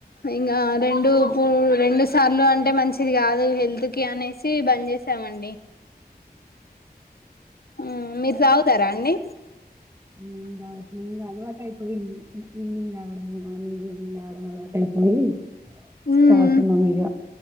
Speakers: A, on the left; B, on the right.
A: ఇంకా రెండు పూ రెండు సార్లు అంటే మంచిది కాదు హెల్త్ కి అనేసి బంద్ చేసామండి హ్మ్ మీరు తాగుతార అండి
B: హ్మ్ బా ముందు అలవాటయిపోయింది ఈవినింగ్ తాగడం మార్నింగ్ ఈవెనింగ్ తాగడం అలవాటైపోయి
A: ఉమ్
B: తాగుతున్న మీద